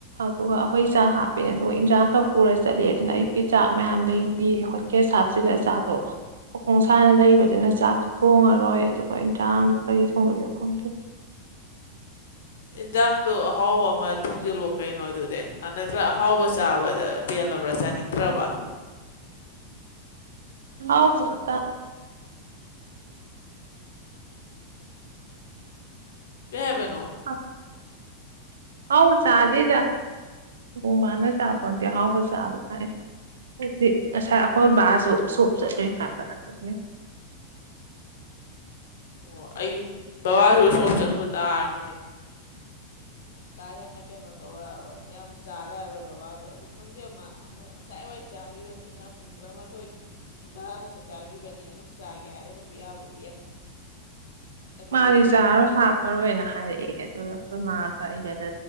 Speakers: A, on the right; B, on the left.
A: ꯑꯗꯨꯒ ꯑꯩꯈꯣꯏ ꯆꯥꯛ ꯍꯥꯞꯄꯦꯅꯦ ꯇꯧꯑꯦ ꯏꯟꯖꯥꯡ ꯈꯛ ꯄꯨꯔ ꯆꯠꯂꯦ ꯑꯗꯨꯅ ꯑꯌꯨꯛꯀꯤ ꯆꯥꯛ ꯃꯌꯥꯝ ꯂꯩ꯫ ꯍꯣꯠꯀꯦꯖ ꯍꯥꯞꯆꯤꯜꯂꯦ ꯆꯥꯛꯇꯣ ꯃꯈꯣꯡ ꯁꯥꯥꯅ ꯂꯩꯕꯗꯨꯅ ꯆꯥꯛꯇꯣ ꯊꯣꯡꯉꯔꯣꯏ꯫ ꯑꯗꯨꯒ ꯏꯟꯖꯥꯡꯗꯣ ꯀꯔꯤ ꯊꯣꯡꯗꯣꯏꯅꯣ ꯈꯪꯗꯦ꯫
B: ꯏꯟꯁꯥꯡꯗꯣ ꯑꯍꯥꯎꯕ ꯑꯃ ꯊꯣꯡꯖꯤꯜꯂꫭ ꯀꯩꯅꯣꯗꯨꯗꯤ ꯑꯅꯥꯔꯗ꯭ꯔ ꯑꯍꯥꯎꯕ ꯆꯥꯕꯗ ꯄꯦꯜꯂꯕ꯭ꯔꯥ ꯆꯥꯅꯤꯡꯗ꯭ꯔꯥꯕ꯫
A: ꯍꯥꯎ ꯈꯠꯇꯥ
B: ꯀꯩ ꯍꯥꯏꯕꯅꯣ
A: ꯑꯁ ꯑꯍꯥꯎꯕ ꯆꯥꯗꯦꯗꯥ ꯈꫭꯡꯕꯥꯟꯗꯥ ꯇꯥꯕ ꯄꫭꯠ ꯅꯠꯇꯦ ꯑꯍꯥꯎ ꯆꯥꯕ ꯀꯥꯏ ꯍꯧꯖꯤꯛ ꯉꯁꯥꯏ ꯑꯩꯈꯣꯏ ꯕꯥꯁꯨ ꯎ ꯁꯣꯞ ꯆꯠꯂꯩ ꯍꯥꯏꯕꯔꯥ ꯑꯗꯨꯒꯤ
B: ꯑꯣ ꯑꯌꯨꯛ ꯕꯕꯥꯁꯨ ꯎ-ꯁꯣꯞ ꯆꯠꯂꯨ ꯇꯥꯔꯒꯗꯤ꯫ ꯀꯥ ꯍꯦꯟꯅ ꯀꯩꯅꯣ ꯇꯧꯔꯛꯔꯣꯏ ꯌꯥꯝ ꯆꯥꯔꯔꯣꯏ ꯕꯕꯥꯗꯣ ꯑꯗꯨ ꯈꯪꯗꯦ ꯃꯥ ꯑꯃꯨꯛ ꯉꯁ ꯁꯥꯏ ꯋꯥꯏ ꯆꯥꯈꯤꯕꯅꯤꯅ ꯄꯨꯡ ꯇꯔꯥꯃꯥꯊꯣꯏ ꯉꯟꯇꯥꯗ ꯆꯥꯛ ꯆꯥꯈꯤꯕꯅꯤꯅ ꯑꯗꯨꯝ ꯆꯥꯒꯦ ꯍꯥꯏꯔꯕꯁꯨ ꯌꯥꯕꯨꯗꯤ ꯌꯥꯏ
A: <inaudible>
B: ꯑꯗꯨꯕꯨꯗꯤ
A: ꯃꯥꯗꯤ ꯆꯥꯔꯣꯏ ꯍꯥꯞꯄꯔꯣꯏꯅ ꯍꯥꯏꯔꯛꯑꯦ ꯑꯗꯨꯒ ꯑꯩꯈꯣꯏ ꯃꯥꯒ ꯑꯩꯒꯗꯥ